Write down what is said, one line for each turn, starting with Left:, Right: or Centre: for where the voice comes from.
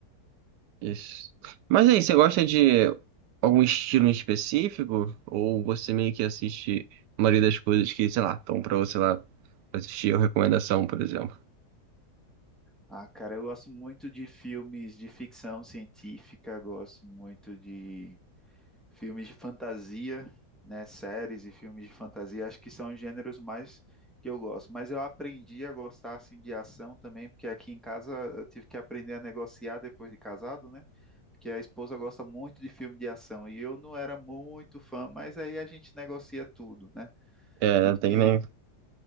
Right: isso. Mas aí, você gosta de algum estilo em específico? Ou você meio que assiste a maioria das coisas que, sei lá, estão pra você lá assistir ou recomendação, por exemplo?
Centre: Ah, cara, eu gosto muito de filmes de ficção científica, gosto muito de Filmes de fantasia, né? Séries e filmes de fantasia, acho que são os gêneros mais que eu gosto. Mas eu aprendi a gostar assim de ação também, porque aqui em casa eu tive que aprender a negociar depois de casado, né? Porque a esposa gosta muito de filme de ação e eu não era muito fã, mas aí a gente negocia tudo, né?
Right: É,
Centre: Tudo
Right: tem
Centre: que
Right: que, ne-